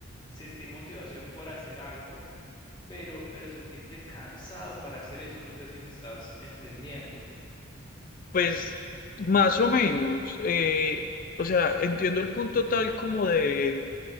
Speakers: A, on the left (about 20°); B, on the left (about 40°).
A: sentir motivación por hacer algo, pero, pero sentirte cansado para hacer eso. No sé si me estás entendiendo.
B: Pues más o menos, eh, o sea, entiendo el punto tal como de,